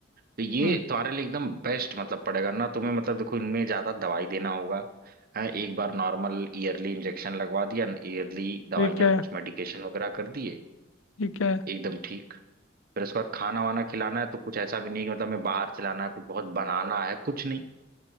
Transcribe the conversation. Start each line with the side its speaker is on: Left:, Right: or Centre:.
Right: तो ये
Left: हम्म,
Right: तुम्हारे लिए एकदम बेस्ट मतलब पड़ेगा ना तुम्हें मतलब देखो इनमें ज्यादा दवाई देना होगा हाँ, एक बार नॉर्मल ईयरली इंजेक्शन लगवा दिया ईयरली दवाइयाँ
Left: ठीक है
Right: कुछ मेडिकेशन वगैरह कर दिए
Left: ठीक है
Right: एकदम ठीक फिर उसके बाद खाना वाना खिलाना है तो कुछ ऐसा भी नहीं कि मतलब हमें बाहर से लाना है कुछ बहुत बनाना है कुछ नहीं